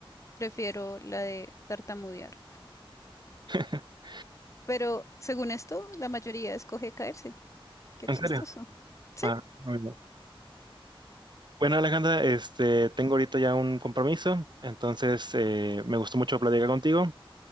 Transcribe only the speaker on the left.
prefiero la de tartamudear.
Pero según esto, la mayoría escoge caerse. Qué
chistoso.
Sí,